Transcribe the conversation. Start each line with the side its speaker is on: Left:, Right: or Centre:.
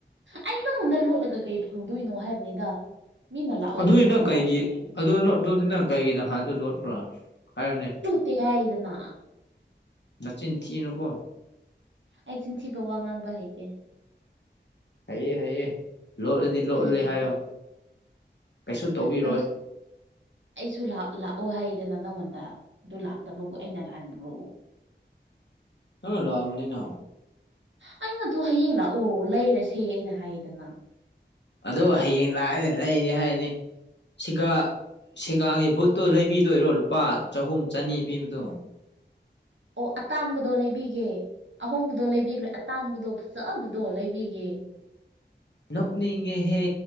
Right: ꯑꯩ ꯅꯪꯉꯣꯟꯗ ꯂꯣꯠꯂꯒ ꯀꯩ ꯐꯪꯗꯣꯏꯅꯣ ꯍꯥꯏꯕꯅꯤꯗ ꯃꯤꯅ ꯂꯥꯛꯑꯣ
Left: ꯑꯗꯨ ꯑꯣꯏꯒ
Right: ꯇꯨꯃꯤꯟꯅ
Left: ꯀꯩꯒꯤ
Right: ꯂꯥꯛꯑꯣ ꯍꯥꯏꯕꯅꯤ
Left: ꯑꯗꯨ ꯂꯣꯠ ꯑꯗꯨꯗꯤ ꯀꯩꯒꯤ ꯅꯍꯥꯟꯗꯣ ꯂꯣꯠꯄ꯭ꯔꯥ ꯍꯥꯏꯌꯨꯅꯦ
Right: ꯑꯩ ꯍꯥꯏꯔꯤꯗꯅ
Left: ꯅꯆꯤꯟ ꯊꯤꯅꯨꯀꯣ
Right: ꯑꯩ ꯆꯤꯟ ꯊꯤꯕ ꯋꯥ ꯉꯥꯡꯕ ꯍꯩꯇꯦ
Left: ꯍꯩꯑꯦ ꯍꯩꯑꯦ ꯂꯣꯠꯂꯗꯤ ꯂꯣꯠꯂꯦ
Right: ꯑꯩ ꯍꯩꯇꯦ
Left: ꯍꯥꯏꯌꯣ ꯀꯩꯁꯨ ꯇꯧꯕꯤꯔꯣꯏ
Right: ꯅꯪ ꯑꯩꯁꯨ ꯂꯥꯛ ꯂꯥꯛꯑꯣ ꯍꯥꯏꯔꯤꯗꯅ ꯅꯪꯉꯣꯟꯗ ꯑꯗꯨ ꯂꯥꯛꯇꯕꯕꯨ ꯑꯩꯅ ꯂꯥꯟꯕ꯭ꯔꯣ
Left: ꯅꯪꯅ ꯂꯥꯟꯕꯅꯤꯅ
Right: ꯑꯩꯅ ꯑꯗꯣ ꯍꯌꯦꯡ ꯂꯥꯛꯑꯣ ꯂꯩꯔꯁꯦ ꯑꯩꯅ ꯍꯥꯏꯌꯦꯗꯅ
Left: ꯑꯗꯣ ꯍꯌꯦꯡ ꯂꯥꯛꯑꯒ ꯂꯩꯔꯦ ꯍꯥꯏꯅꯤ ꯁꯤꯒꯥ ꯁꯤꯒꯥꯒꯤ ꯕꯨꯠꯇꯣ ꯂꯩꯕꯤꯗꯣꯏꯔꯣ ꯂꯨꯄꯥ ꯆꯍꯨꯝ ꯆꯅꯤ ꯄꯤꯕꯗꯣ
Right: ꯑꯣ ꯑꯇꯥꯡꯕꯗꯣ ꯂꯩꯕꯤꯒꯦ ꯑꯍꯣꯡꯕꯗꯣ ꯂꯩꯕꯤꯔꯣꯏ ꯑꯇꯥꯡꯕꯗꯣ ꯐꯖꯕꯗꯣ ꯂꯩꯕꯤꯒꯦ
Left: ꯅꯣꯛꯅꯤꯡꯉꯦꯍꯦ